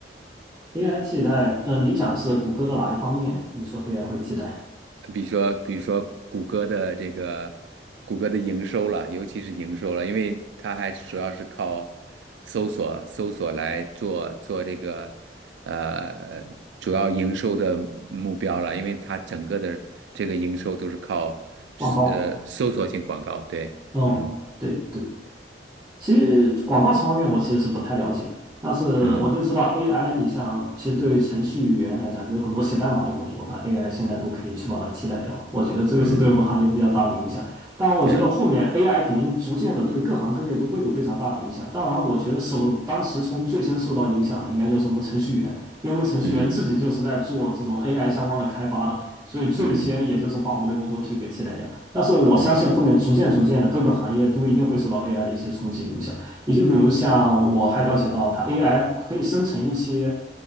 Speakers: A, on the right; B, on the right.
A: AI 替代，嗯、你讲的是谷歌的哪一方面？你说 AI 会替代
B: 比如说，比如说谷歌的这个谷歌的营收了，尤其是营收了，因为它还主要是靠搜索搜索来做做这个呃主要营收的目标了，因为它整个的这个营收都是靠
A: 广告？
B: 呃搜索性广告，对，
A: 嗯，
B: 嗯
A: 对对，其实广告词方面我其实是不太了解的，但是我就知道
B: 嗯
A: AI，你像其实对程序员来讲，就有很多写代码的工作，它 AI 现在都可以去把它替代掉。我觉得这个是对我们行业比较大的影响。
B: 嗯，
A: 当然，我觉得后面
B: 对，
A: AI 肯定逐渐的对各行各业都会有非常大的影响。当然，我觉得首当其冲最先受到影响的应该就是我们程序员，因为我们程序员自己就是在做这种
B: 嗯
A: AI 相关的开发的，所以最先也就是把我们的工作去给替代掉。
B: 嗯
A: 但是我相信后面逐渐逐渐的各个行业都一定会受到
B: 嗯
A: AI 的一些冲击影响。你就比如像我还了解到，它 AI 可以生成一些，